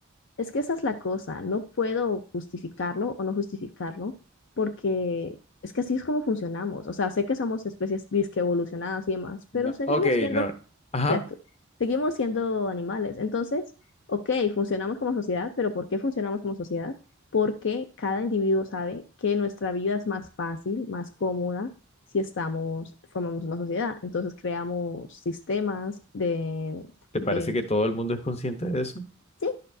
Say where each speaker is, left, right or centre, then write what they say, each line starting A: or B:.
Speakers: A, on the left; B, on the left.
A: es que esa es la cosa, no puedo justificarlo o no justificarlo porque es que así es como funcionamos. O sea, sé que somos especies disque evolucionadas y demás, pero
B: no.
A: seguimos
B: Ok,
A: siendo
B: no.
A: Ajá.
B: Ajá.
A: Criatu- Seguimos siendo animales. Entonces, ok, funcionamos como sociedad, pero ¿por qué funcionamos como sociedad? Porque cada individuo sabe que nuestra vida es más fácil, más cómoda si estamos, formamos una sociedad. Entonces creamos sistemas de,
B: ¿Te
A: de
B: parece que todo el mundo es consciente de eso?
A: sí,